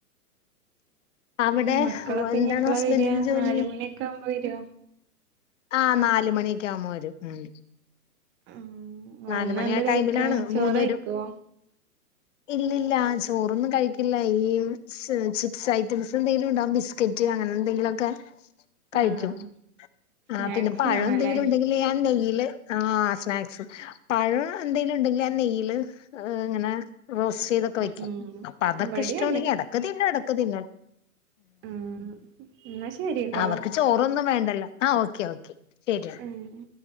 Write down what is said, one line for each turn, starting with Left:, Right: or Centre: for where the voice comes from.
Left: അവിടെ
Right: മക്കളൊക്കെ
Left: എന്താണ്
Right: ഇനി എപ്പളാ
Left: ഹസ്ബൻഡിന്
Right: വരാ
Left: ജോലി
Right: നാല് മണിയൊക്കെ ആവുമ്പോ വരോ?
Left: ആ നാല് മണിയൊക്കെ ആവുമ്പോ വരും ഉം
Right: ആഹ് വന്നാ
Left: നാല് മണി
Right: എന്താ
Left: ആ
Right: കഴിക്കാ
Left: ടൈമിലാണ്
Right: ചോറ്
Left: മൂന്നെ
Right: കഴിക്കോ
Left: രു ഇല്ലല്ല ചോറൊന്നും കഴിക്കില്ല ഈ ച് ചിപ്സ് ഐറ്റംസ് എന്തെലും ഇണ്ടാവും ബിസ് കെറ്റ് അങ്ങനെന്തെങ്കിലൊക്കെ കഴിക്കും
Right: ആഹ് സ്നാക്സ്
Left: ആ പിന്നെ പഴം
Right: വേണല്ലേ
Left: എന്തെങ്കിലും ഉണ്ടെങ്കില് ആ നെയ്യി ല് ആ സ്നാക്സ് പഴം എന്തെലും ഉണ്ടെങ്കില് ആ നെയ്യില് ഇങ്ങനെ റോസ്റ്റ് ചെയ്തൊക്കെ വെക്കും
Right: ഉം
Left: അപ്പ അതൊക്കെ
Right: ഇവിടേം
Left: ഇഷ്ടണ്ടെങ്കി അതെക്കെ തിന്നും എടക്ക് തിന്നാ
Right: ഉം ഇന്നാ ശരിട്ടോ
Left: അവർക്ക് ചോറൊന്നും വേണ്ടല്ലോ ആ ഓക്കെ ഓക്കെ ശരി
Right: മ്